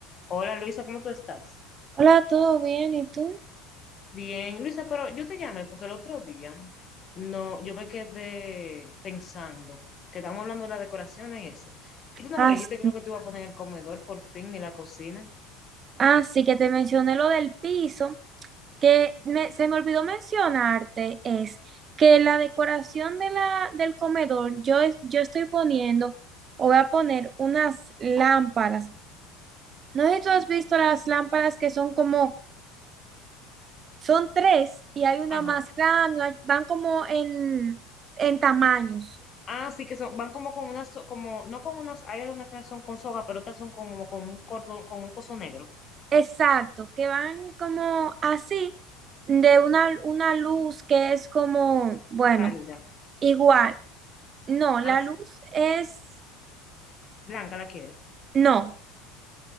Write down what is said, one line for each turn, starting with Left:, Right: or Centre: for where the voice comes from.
Left: Hola Luisa, ¿cómo tú estás?
Right: Hola, ¿todo bien? ¿Y tú?
Left: Bien, Luisa, pero yo te llamé porque el otro día no, yo me quedé pensando que estamos hablando de las decoraciones y eso. Y tú no
Right: Ah,
Left: me dijiste
Right: s-
Left: que lo que te iba a poner en el comedor por fin ni la cocina.
Right: ah, sí que te mencioné lo del piso, que me- se me olvidó mencionarte, es que la decoración de la, del comedor, yo, es- yo estoy poniendo o voy a poner unas lámparas. No sé si tú has visto las lámparas que son como, son tres y hay una
Left: Ajá.
Right: más grande, hay- van como en, en tamaños.
Left: Ah, sí que son, van como con unas, so- como, no con unas, hay algunas que son con soga, pero otras son como con un cordón, con un coso negro,
Right: Exacto, que van como así, de una, una luz que es como, bueno,
Left: cálida.
Right: igual. No, la
Left: Ah, sí.
Right: luz es,
Left: Blanca la quiere.
Right: no,